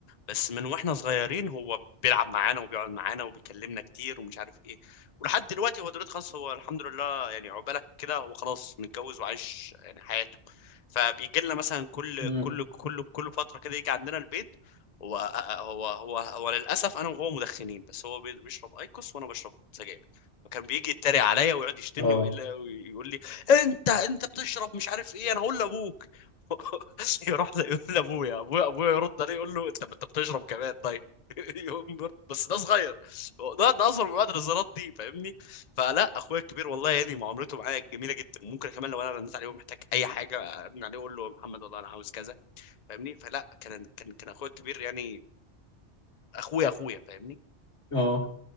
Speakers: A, on the left; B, on the left.
A: بس من واحنا صغيرين هو بيلعب معانا وبيقعد معانا وبيكلمنا كتير ومش عارف ايه ولحد دلوقتي هو دلوقتي خلاص هو الحمد لله يعني عقبالك كده هو خلاص متجوز وعايش يعني حياته فبيجي لنا مثلا كل
B: امم
A: كل كل كل فترة كده يجي عندنا البيت هو هو هو هو للاسف انا وهو مدخنين بس هو بي- بيشرب ايكوس وانا بشرب سجاير وكان بيجي يتريق عليا ويقعد يشتمني
B: اه
A: ويقول ويقول لي انت انت بتشرب مش عارف ايه انا هقول لابوك <laughs> يروح يقول لابويا ابويا ابويا يرد عليه يقول له انت انت بتشرب كمان طيب <laughs> يقوم يرد بس ده صغير ده ده اصغر من بعد النظارات دي فاهمني فلا اخويا الكبير والله يعني معاملته معايا جميله جدا ممكن كمان لو انا رنيت عليه ومحتاج اي حاجه ارن عليه اقول له يا محمد والله انا عاوز كذا فاهمني فلا كان كان كان اخويا الكبير يعني اخويا اخويا فاهمني
B: اه